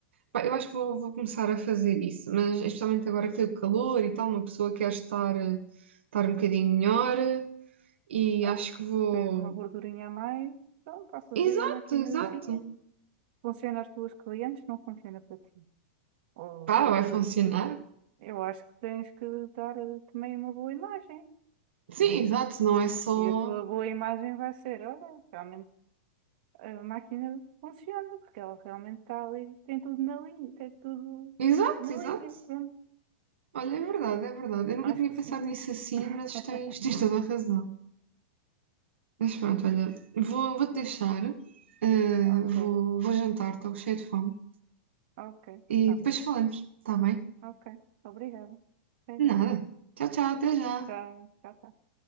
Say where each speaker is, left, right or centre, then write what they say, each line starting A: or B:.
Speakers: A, on the right; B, on the right.
A: Pá, eu acho que vou, vou começar a fazer isso, mas especialmente agora que tem o calor e tal, uma pessoa quer estar, eh, estar um bocadinho melhor eh, e
B: Então,
A: acho que vou.
B: tens uma gordurinha a mais, então passas
A: Exato,
B: aí a máquinazinha
A: exato.
B: Funciona às tuas clientes, não funciona para ti. Ou
A: Pá,
B: se
A: vai
B: tu,
A: funcionar.
B: eu acho que tens que dar eh, também uma boa imagem,
A: Sim,
B: né?
A: exato, não é só.
B: E a tua boa imagem vai ser, olha, realmente a máquina funciona, porque ela realmente está ali, tem tudo na linha, tem tudo
A: Exato,
B: na
A: exato.
B: linha, pronto.
A: Olha, é verdade, é verdade. Eu nunca
B: Acho
A: tinha
B: que
A: pensado
B: sim.
A: nisso assim,
B: <laughs>
A: mas tens, tens toda a razão. Mas pronto, olha, vou, vou-te deixar, eh,
B: Ok,
A: vou, vou jantar, estou cheia de fome.
B: ok,
A: E
B: tá
A: depois
B: bom.
A: falamos, está bem?
B: Ok, obrigada. Até
A: Nada.
B: já.
A: Tchau, tchau, até já.
B: Tchau, tchau, tchau.